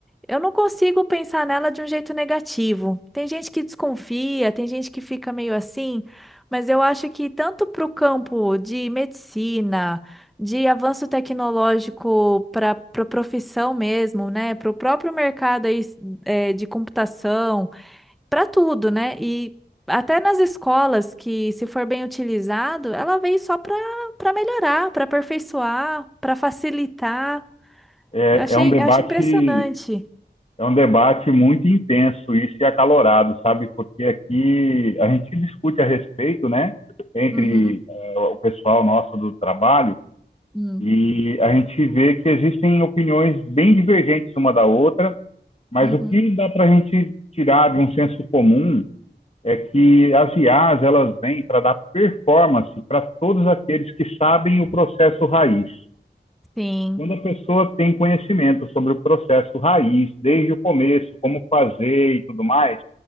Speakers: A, in the centre; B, on the left (about 35°).
A: Eu não consigo pensar nela de um jeito negativo. Tem gente que desconfia, tem gente que fica meio assim, mas eu acho que tanto para o campo de medicina, de avanço tecnológico para a profissão mesmo, né? Para o próprio mercado aí, eh, de computação, para tudo, né? E até nas escolas que, se for bem utilizado, ela veio só para para melhorar, para aperfeiçoar, para facilitar.
B: É,
A: Eu achei,
B: é um debate
A: eu acho impressionante.
B: é um debate muito intenso isso e acalorado, sabe? Porque aqui a gente discute a respeito, né? Entre
A: Uhum.
B: uh, o pessoal nosso do trabalho
A: Hum,
B: e a gente vê que existem opiniões bem divergentes uma da outra, mas
A: uhum.
B: o que dá para a gente tirar de um senso comum é que as IAs elas vêm para dar performance para todos aqueles que sabem o processo raiz.
A: Sim,
B: Quando a pessoa tem conhecimento sobre o processo raiz, desde o começo, como fazer e tudo mais,